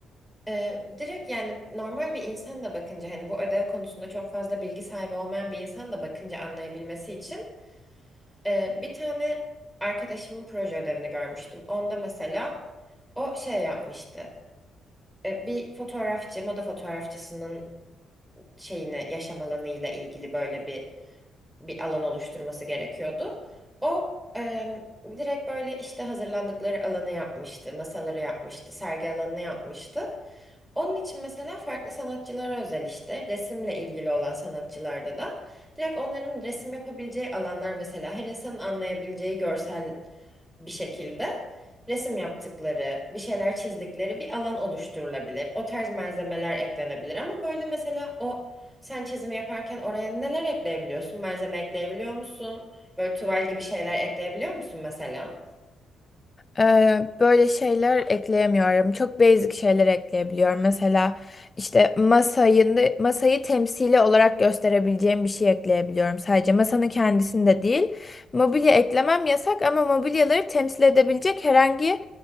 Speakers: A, in the centre; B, on the left.
A: E, direkt yani normal bir insan da bakınca hani bu ödev konusunda çok fazla bilgi sahibi olmayan bir insan da bakınca anlayabilmesi için e, bir tane arkadaşımın proje ödevini görmüştüm. Onda mesela o şey yapmıştı. E, bir fotoğrafçı, moda fotoğrafçısının şeyini, yaşam alanı ile ilgili böyle bir bir alan oluşturması gerekiyordu. O em, direkt böyle işte hazırlandıkları alanı yapmıştı, masaları yapmıştı, sergi alanını yapmıştı. Onun için mesela farklı sanatçılara özel işte resimle ilgili olan sanatçılarda da direkt onların resim yapabileceği alanlar mesela her insanın anlayabileceği görsel bir şekilde resim yaptıkları, bir şeyler çizdikleri bir alan oluşturulabilir. O tarz malzemeler eklenebilir ama böyle mesela o sen çizimi yaparken oraya neler ekleyebiliyorsun? Malzeme ekleyebiliyor musun? Böyle tuval gibi şeyler ekleyebiliyor musun mesela?
B: Ee, böyle şeyler ekleyemiyorum. Çok basic şeyler ekleyebiliyorum. Mesela işte masayı, masayı temsili olarak gösterebileceğim bir şey ekleyebiliyorum. Sadece masanın kendisinde değil. Mobilya eklemem yasak ama mobilyaları temsil edebilecek herhangi